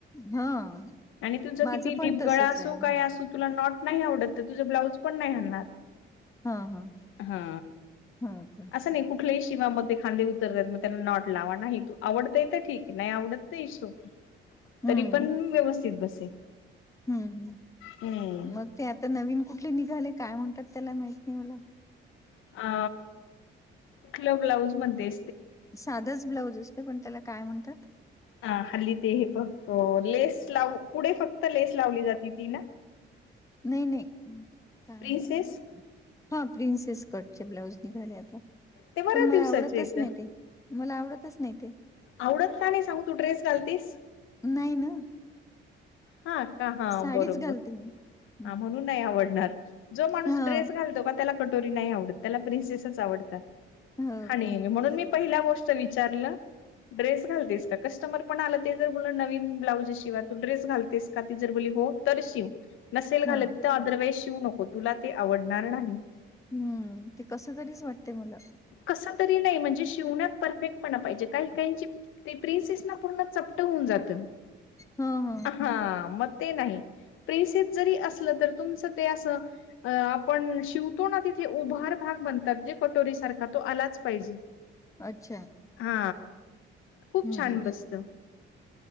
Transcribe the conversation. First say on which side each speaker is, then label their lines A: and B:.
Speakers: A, on the left (about 15°); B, on the left (about 85°).
A: हा
B: आणि तुझ
A: माझं
B: किती
A: पण
B: डीपगळा
A: तसच
B: असू
A: आहे
B: काय अस तुला नॉट नाही आवडत तुझ ब्लाउज जरा पण नाही हलणार
A: हा हा
B: हा
A: हा का
B: अस नाही कुठलेही शिवा मग ते खांदे उतरतात मग त्याना नॉट लावा नाही तू आवडतय तर ठीक आहे नाही आवडत तर इट्स ओक
A: हम्म
B: तरी पण व्यवस्थित बसे
A: हम्म हम्म
B: हम्म
A: मग ते आता नवीन कुठले निघाले काय म्हणतात त्याला माहित नाही मला
B: अ कुठल्या ब्लाऊज मध्ये
A: साधच ब्लाऊज असत पण त्याला काय म्हणतात
B: ह हल्ली ते हे पण लेस लाव पुढे फक्त लेस लावली जाते ती ना
A: नाही नाही काम
B: प्रिन्सेस
A: तर हा प्रिन्सेस कटचे ब्लाऊज निघाले आता
B: ते बऱ्याच
A: पण मला
B: दिवसाचे
A: आवडतच
B: येत
A: नाही ते मला आवडतच नाही ते
B: आवडत का नाही सांगू तू ड्रेस घालतीस
A: नाहीन
B: हा का हा
A: साडीच
B: बरोबर
A: घालते मी हम्म
B: म्हणून नाही आवडणार जो माणूस
A: हा
B: ड्रेस घालतो का त्याला कटोरी नाही आवडत त्याला प्रिनसेसच आवडत
A: हो
B: आणि
A: काय
B: म्हणून मी पहिला गोष्ट विचारलं ड्रेस घालतेस का कस्टमर पण आला ते जर ब नवीन ब्लाउजिवा तू ड्रेस घाल कस्टमर जर बोल्ली हो तर शिव नसेल
A: हा
B: घालत ऑदर वाइझ नको तुला ते आवडणार नाही
A: हम्म ते कस तरीच वाटते मला
B: कस तरी नाही म्हणजे शिवण्यात परफेक्ट पणा पाहिजे काही काहीची ते प्रिन्सेस ना पूर्ण चपट होऊन जातं
A: हा हा
B: हा मग ते नाही प्रिनसेस जरी असलं तर तुमचं ते अस अ आपण शिवतो ना तिथे उभार भाग म्हनतात जे कटोरी सारखा तो आलाच पाहिजे
A: अच्छा
B: हा खूप
A: हम्म
B: छान बसत